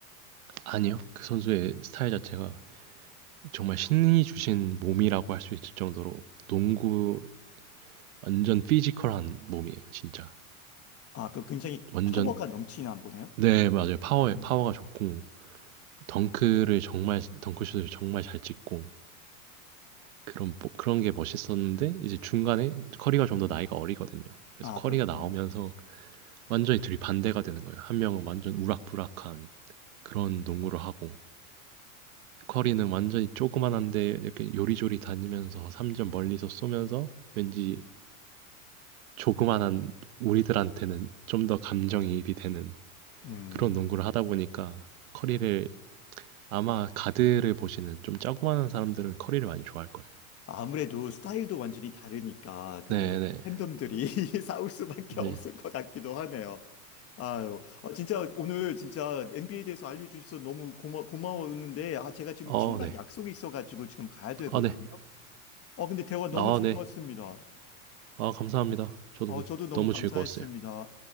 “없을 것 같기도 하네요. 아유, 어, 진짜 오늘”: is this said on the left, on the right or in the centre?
Left